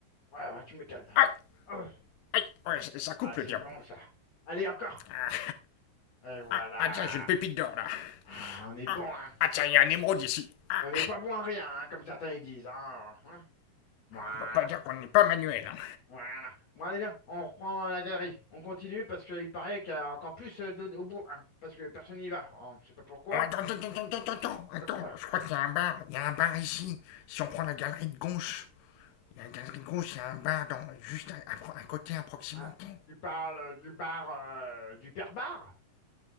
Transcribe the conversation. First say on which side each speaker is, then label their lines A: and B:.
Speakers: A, on the left; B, on the left.
A: Ouais, ouais, tu m'étonnes.
B: Ah
A: Oh.
B: Aïe, ouais, ça
A: Ah,
B: coupe le
A: c'est
B: diamant.
A: bon, ça. Allez, encore.
B: Ah,
A: Et voilà.
B: ah, ah, tiens, j'ai une pépite d'or là.
A: Ah, on est
B: Ah,
A: bon, hein.
B: ah, tiens, il y a un émeraude ici. Ah,
A: Et on n'est pas bon à rien, hein, comme certains ils disent. hein, hein. Voilà,
B: on peut pas dire qu'on n'est pas manuel. Hein.
A: voilà. Bon, allez, viens, on reprend la galerie. On continue parce qu'il paraît qu'il y a encore plus euh, de au bout, hein. Parce que personne n'y va. Oh, je sais pas pourquoi.
B: Oh, attends, attends, attends, attends, attends, attends,
A: Quoi, quoi, quoi.
B: je crois qu'il y a un bar. Il y a un bar ici. Si on prend la galerie de gauche, il y a la galerie de gauche, il y a un bar dans, juste à, à à côté, à proximité.
A: Ah, tu parles euh, du bar, euh, du père bar?